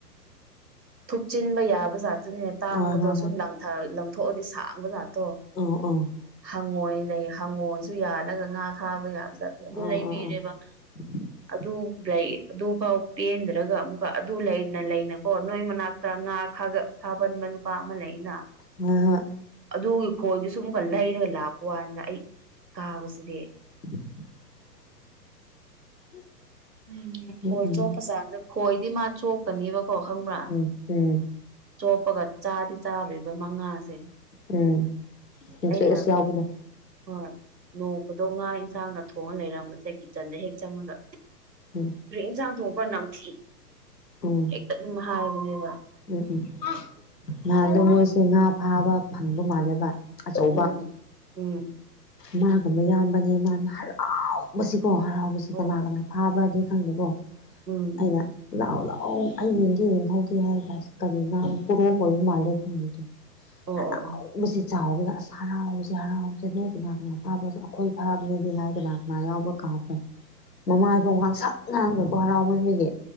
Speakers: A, on the right; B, on the left.
A: ꯊꯨꯞꯆꯤꯟꯕ ꯌꯥꯕ ꯥꯇꯅꯤꯅꯦ ꯇꯥꯡꯕꯗꯣ
B: ꯍꯣꯏ ꯍꯣꯏ ꯍꯣꯏ
A: ꯁꯨꯝ ꯂꯥꯡ ꯂꯪꯊꯣꯛꯑꯗꯤ ꯁꯥꯡꯕ ꯖꯥꯠꯇꯣ
B: ꯎꯝ ꯎꯝ
A: ꯍꯪꯉꯣꯏ ꯂꯩ ꯍꯪꯉꯣꯟꯁꯨ ꯌꯥꯜꯂꯒ ꯉꯥ ꯐꯥꯕ ꯌꯥꯕ ꯑꯗꯨ
B: ꯑꯣ
A: ꯂꯩꯕꯤꯔꯦꯕ
B: ꯑꯣ <inaudible>
A: ꯑꯗꯨ ꯂꯩ ꯑꯗꯨꯐꯥꯎ ꯄꯦꯟꯗ꯭ꯔꯒ ꯑꯃꯨꯛꯀ ꯑꯗꯨ ꯂꯩꯅ ꯂꯩꯅꯀꯣ ꯅꯣꯏ ꯃꯅꯥꯛ ꯉꯥꯥꯒ ꯐꯥꯕꯟꯕ ꯅꯨꯄꯥ ꯑꯃ ꯂꯩꯅ
B: ꯍꯣꯏ ꯍꯣꯏ
A: ꯑꯗꯨꯒꯤ ꯈꯣꯏꯗꯨꯁꯨ ꯑꯃꯨꯛꯀ ꯂꯩꯔꯒ ꯂꯥꯛꯄ ꯀꯥꯟꯗ ꯑꯩ ꯀꯥꯕꯁꯤꯗꯤ
B: <inaudible> <inaudible>
A: ꯎꯝ
B: ꯎꯝ
A: ꯈꯣꯏ ꯆꯣꯞꯄ ꯆꯥꯡꯁꯦ ꯈꯣꯏꯗꯤ ꯃꯥ ꯆꯣꯞꯀꯅꯤꯕꯀꯣ ꯈꯪꯕ꯭ꯔꯥ
B: ꯎꯝ ꯎꯝ
A: ꯆꯣꯞꯄꯒ ꯆꯥꯗꯤ ꯆꯥꯔꯣꯏꯕ ꯃꯉꯥꯁꯦ
B: ꯎꯝ ꯏꯟꯇꯔꯦꯁ
A: ꯑꯩꯅ
B: ꯌꯥꯎꯕꯗꯣ
A: ꯍꯣꯏ ꯅꯣꯡ ꯐꯗꯣ ꯉꯥ ꯏꯟꯁꯥꯡꯒ ꯊꯣꯡꯉ ꯂꯩꯔꯝꯝꯕꯁꯦ ꯀꯤꯠꯆꯟꯗ ꯍꯦꯛ ꯆꯪꯕꯒ
B: <inaudible>
A: ꯀꯔꯤ ꯌꯦꯟꯁꯥꯡ ꯊꯣꯡꯕ꯭ꯔ ꯅꯝꯊꯤ
B: ꯎꯝ
A: ꯍꯦꯛꯇ ꯑꯗꯨꯝ ꯍꯥꯏꯕꯅꯦꯕ
B: ꯎꯝ ꯎꯝ ꯅꯍꯥꯟꯗꯣ ꯃꯣꯏꯁꯦ ꯉꯥ ꯐꯥꯕ ꯐꯪꯕ ꯃꯥꯜꯂꯦꯕ ꯑꯆꯧꯕ
A: ꯎꯝ ꯎꯝ
B: ꯃꯥꯒꯨꯝꯕ ꯌꯥꯝꯕꯅꯦ ꯃꯥꯅ ꯍꯔꯥꯎꯕꯁꯤꯀꯣ ꯍꯔꯥꯎꯕꯁꯤ
A: ꯑꯣ
B: ꯀꯅꯥ
A: ꯑꯣ
B: ꯀꯅꯥ ꯐꯥꯕ꯭ꯔꯗꯤ ꯈꯪꯗꯦꯀꯣ
A: ꯎꯝ
B: ꯑꯩꯅ ꯂꯥꯛꯥꯎ ꯂꯥꯛꯥꯎ ꯑꯩ ꯌꯦꯡꯒꯦ ꯌꯦꯡꯍꯧꯒꯦ ꯍꯥꯏꯔ ꯀꯁꯤ ꯀꯔꯤꯅ ꯀꯣꯔꯣꯝ ꯑꯣꯏꯕ ꯃꯥꯜꯂꯦ ꯑꯗꯨ ꯃꯤꯗꯣ
A: ꯑꯣ
B: <unintelligible>
A: ꯑꯣ ꯑꯣ
B: ꯆꯥꯎꯕꯒꯤ ꯑꯁ ꯍꯔꯥꯎꯁꯦ ꯍꯔꯥꯎꯁꯦ ꯅꯣꯏ ꯀꯅꯥ ꯀꯅꯥ ꯐꯥꯕꯁꯨ ꯑꯩꯈꯣꯏ ꯐꯥꯕꯅꯤꯗꯤ ꯍꯥꯏꯗꯅ ꯁꯃ ꯌꯥꯎꯕ꯭ꯔ ꯀꯥꯈꯩ ꯃꯃꯥꯐꯥꯎ ꯉꯥꯡꯁꯛ ꯉꯥꯡꯕꯀꯣ ꯍꯔꯥꯎꯃꯟꯕꯒꯤ